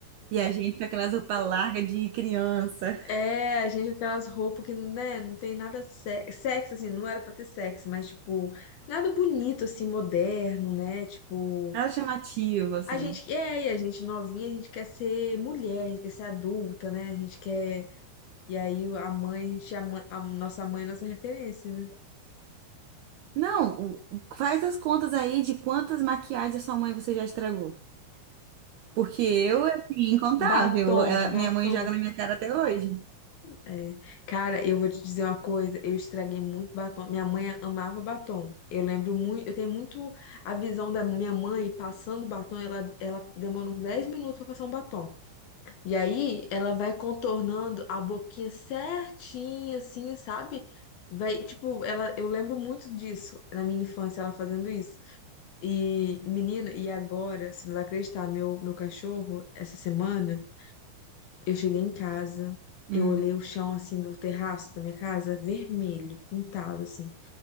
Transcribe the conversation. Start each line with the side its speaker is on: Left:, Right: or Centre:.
Right: E a gente com aquelas roupas largas de criança.
Left: É, a gente com aquelas roupas que, né, não tem nada se- sexy, assim, não era pra ter sexo, mas, tipo, nada bonito, assim, moderno, né, tipo,
Right: Nada chamativo, assim.
Left: a gente, é, e a gente novinha, a gente quer ser mulher, a gente quer ser adulta, né, a gente quer, e aí a mãe, a, gente- a mãe- a nossa mãe é nossa referência, né,
Right: Não, o- faz as contas aí de quantas maquiagens sua mãe você já estragou. Porque eu, assim, incontável.
Left: batom,
Right: Ela-
Left: batom.
Right: minha mãe joga na minha cara até hoje.
Left: É. Cara, eu vou te dizer uma coisa, eu estraguei muito batom. Minha mãe amava batom. Eu lembro muito, eu tenho muito a visão da minha mãe passando batom, ela, ela demora uns 10 minutos pra passar um batom. E aí ela vai contornando a boquinha certinha assim, sabe? Vai, tipo, ela, eu lembro muito disso na minha infância, ela fazendo isso. E menina, e agora, você não vai acreditar, meu meu cachorro essa semana eu cheguei em casa,
Right: Hum.
Left: eu olhei o chão assim do terraço da minha casa, vermelho, pintado assim.